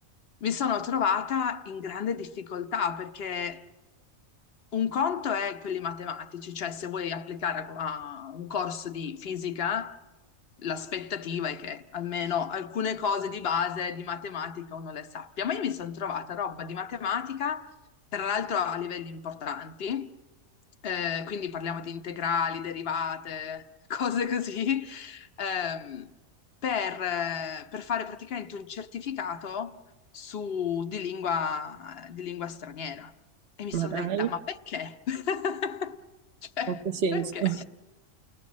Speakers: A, on the left; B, on the right.
A: mi sono trovata in grande difficoltà perché un conto è quelli matematici, cioè se vuoi applicare a, a un corso di fisica, l'aspettativa è che almeno alcune cose di base di matematica uno le sappia. Ma io mi sono trovata roba di matematica, tra l'altro a livelli importanti, eh, quindi parliamo di integrali, derivate, <laughs> cose così, ehm, per, eh, per fare praticamente un certificato su, di lingua, di lingua straniera. E mi
B: Ma
A: sono
B: dai.
A: detta, ma perché? <laughs> Cioè,
B: Poco senso,
A: perché?
B: <laughs>